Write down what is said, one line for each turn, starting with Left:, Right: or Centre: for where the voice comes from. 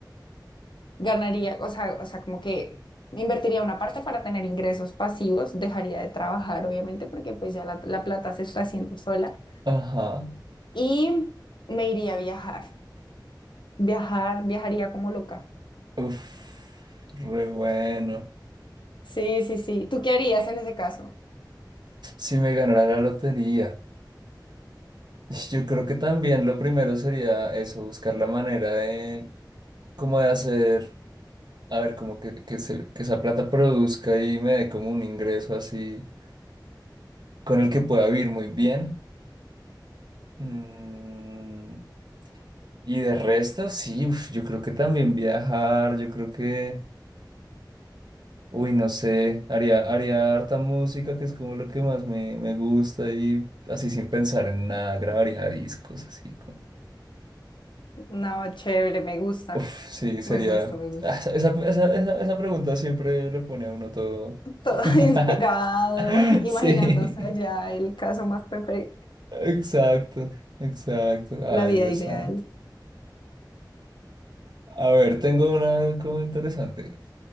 Left: Ganaría, o sea, o sea, como que invertiría una parte para tener ingresos pasivos, dejaría de trabajar, obviamente, porque pues ya la, la plata se está haciendo sola
Right: ajá.
Left: y me iría a viajar. Viajar, viajaría como loca.
Right: Uf, re bueno.
Left: Sí, sí, sí. ¿Tú qué harías en ese caso?
Right: Si me ganara la lotería, yo creo que también lo primero sería eso, buscar la manera de, como de hacer, a ver, como que, que, se- que esa plata produzca y me dé como un ingreso así, con el que pueda vivir muy bien. Mm, y de resto, sí, uf, yo creo que también viajar, yo creo que... Uy, no sé, haría, haría harta música, que es como lo que más me, me gusta, y así sin pensar en nada, grabaría discos, así con...
Left: No, chévere, me gusta,
Right: Uf, sí, sería...
Left: me gusta, me
Right: <laughs>
Left: gusta.
Right: Ah, Esa, esa, esa, esa- esa pregunta siempre lo pone a uno todo...
Left: Todo <laughs>
Right: <laughs>
Left: inspirado, imaginándose
Right: Sí.
Left: allá el caso más perfecto,
Right: Exacto, exacto. Ay,
Left: la vida
Right: Dios
Left: ideal.
Right: santo. A ver, tengo una como interesante.